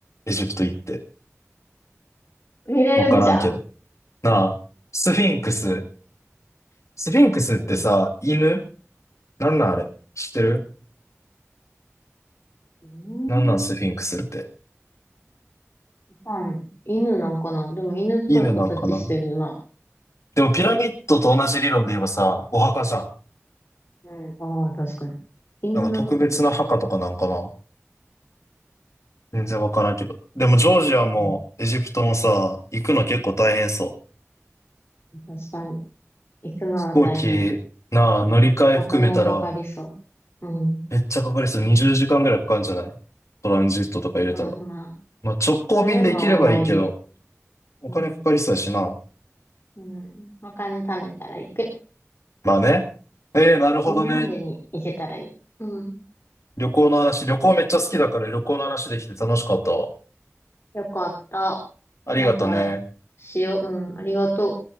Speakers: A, on the left; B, on the left.
A: エジプト行って。
B: 見れるんじゃん。
A: わからんけど。なあ、スフィンクス。スフィンクスってさ、
B: うん。
A: 犬なんなんあれ知ってる
B: うー
A: なんなんスフィンクスって。
B: ん。わかんない犬なんかなでも犬っぽい形してるな。
A: 犬なんかなでもピラミッドと同じ理論で言えばさ、お墓じゃん。
B: うん。ああ、確かに。犬の白衣。
A: なんか特別な墓とかなんかな全然わからんけど。でも、ジョージアもエジプトもさ、
B: うん
A: 行くの結構大変そう。
B: 確かに。行くのは大変。
A: 飛行機、なあ、乗り換え含めたら、
B: お金かかりそう。うん。
A: めっちゃかかりそう。20時間ぐらいかかるんじゃないトランジットとか入れたら。
B: まあまあ。
A: まあ、直行便で行ければいいけど、
B: それも思い出。
A: お金かかりそうやしな。
B: うん。うん。お金貯めたら行く。
A: まあね。ええ、なるほどね。
B: 死ぬまでに行けたらいい。うん。
A: 旅行の話、旅行めっちゃ好きだから旅行の話できて楽しかったわ。
B: よかった。
A: ありがとね。
B: またしよう。うん。ありがとう。